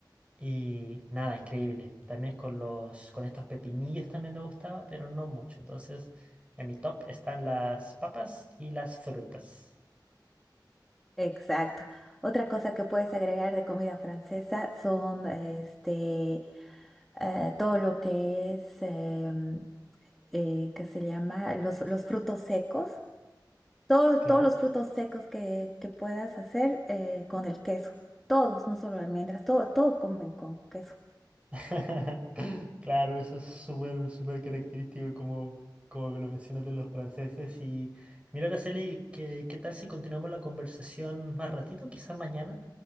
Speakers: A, on the right; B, in the centre.
A: y nada, increíble. También con los, con estos pepinillos también me gustaba, pero no mucho. Entonces, en mi top están las papas y las frutas.
B: Exacto. Otra cosa que puedes agregar de comida francesa son este eh, todo lo que es em, eh, que se llama los, los frutos secos. Todo-
A: Claro.
B: todos los frutos secos que, que puedas hacer eh, con el queso. Todos, no solo almendras, todo, todo comen con queso.
A: <laughs> Claro, eso es súper, súper característico como, como me lo mencionas de los franceses. Y mira, Araceli, ¿qué, qué tal si continuamos la conversación más ratito, quizás mañana?